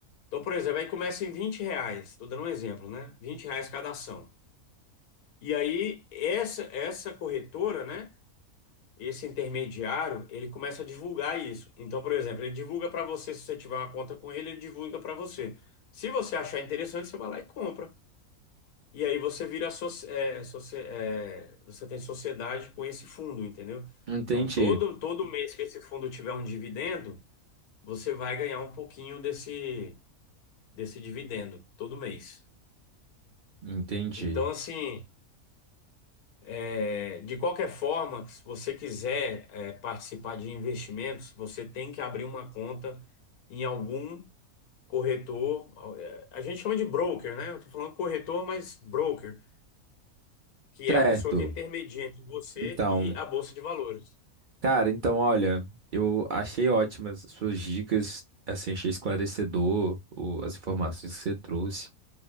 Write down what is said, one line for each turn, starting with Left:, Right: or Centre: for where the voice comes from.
Left: Então, por exemplo, aí começa em 20 reais, estou dando um exemplo, né? 20 reais cada ação. E aí, essa, essa corretora, né? Esse intermediário, ele começa a divulgar isso. Então, por exemplo, ele divulga para você, se você tiver uma conta com ele, ele divulga para você. Se você achar interessante, você vai lá e compra. E aí você vira, soci- é, soci- é, você tem sociedade com esse fundo, entendeu?
Right: Entendi.
Left: Então, todo, todo mês que esse fundo tiver um dividendo, você vai ganhar um pouquinho desse, desse dividendo, todo mês.
Right: Entendi.
Left: Então, assim, é, de qualquer forma, se você quiser, é, participar de investimentos, você tem que abrir uma conta em algum corretor. é, A gente chama de broker, né? Eu tô falando corretor, mas broker, que
Right: Certo.
Left: é a pessoa que intermedia entre você
Right: Então.
Left: e a Bolsa de Valores.
Right: Cara, então, olha, eu achei ótimas as suas dicas, assim, achei esclarecedor o- as informações que você trouxe.